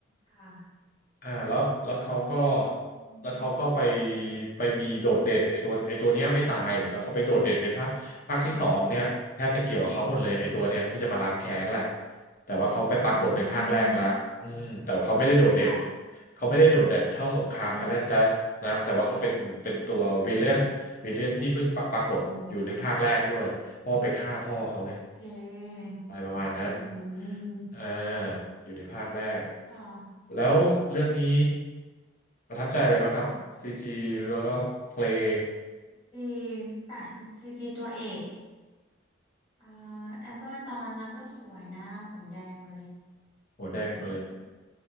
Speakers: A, on the left; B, on the left.
A: ค่ะ
B: อ่าแล้วแล้วเขาก็
A: อื
B: แล้วเขาก็ไป
A: ม
B: ไปมีโดดเด่นไอตัวไอตัวเนี้ยไม่ตายแล้วเขาไปโดดเด่นในภาคภาคที่สองเนี่ยแทบจะเกี่ยวกับเขาหมดเลยไอตัวเนี่ยที่จะมาล้างแค้นแหละ
A: ค่ะ
B: แต่ว่าเขาไปปรากฏในภาคแรกละอืมแต่เขาไม่ได้โดดเด่น
A: อืมค่ะ
B: เขาไม่ได้โดดเด่นเท่าสงครามแอตแลนติสนะแต่ว่าเขาเป็นเป็นตัววิลเลนวิลเลนที่เพิ่งปรปรากฏอยู่ในภาคแรกด้วยเพราะว่าไปฆ่าพ่อเขาไง
A: โอ้โอ้โอเคอืมอืมอื
B: อะไรประมาณนั้น
A: ม
B: อ่าอยู่ในภาคแรก
A: ค่ะ
B: แล้วเรื่องนี้ประทับใจอะไรบ้างครับซีจีแล้วก็เพลง
A: ค่ะซีจีแฟนซีจีตัวเอกอ่าแอมเบอร์ตอนนั้นนะก็สวยนะผมแดงมาเลย
B: หัวแดงมาเลย
A: เหมือน